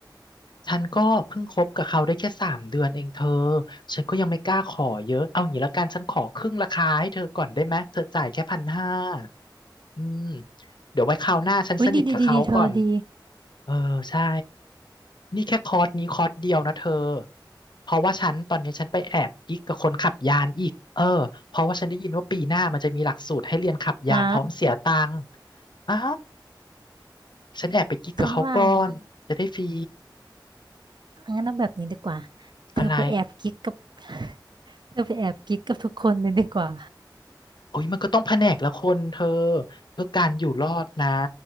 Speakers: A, on the left; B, on the right.
A: ฉันก็เพิ่งคบกับเขาได้แค่สามเดือนเองเธอ ฉันก็ยังไม่กล้าขอเยอะ เอาอย่างนี้ละกันฉันขอครึ่งราคาให้เธอก่อนได้ไหมเธอจ่ายแค่พันห้าอืมเดี๋ยวไว้คราวหน้าฉันสนิทกับเขาก่อน
B: อุ้ยดีดีดีดีเธอดี
A: เออใช่นี่แค่คอร์สนี้คอร์สเดียวนะเธอเพราะว่าฉันตอนนี้ฉันไปแอบกิ๊กกับคนขับยานอีก เออเพราะว่าฉันได้ยินว่าปีหน้ามันจะมีหลักสูตรให้เรียนขับยานพร้อมเสียตังค์
B: ฮะ
A: อ่าฉันแอบไปกิ๊กกับเขาก่อนจะได้ฟรี
B: ฉันว่านะ งั้นเอาแบบนี้ดีกว่าเธอไปแอบกิ๊กกับ
A: อะไร
B: <laughs> เธอไปแอบกิ๊กกับทุกคนเลยดีกว่า
A: โอ้ยมันก็ต้องแผนกละคนเธอเพื่อการอยู่รอดนะ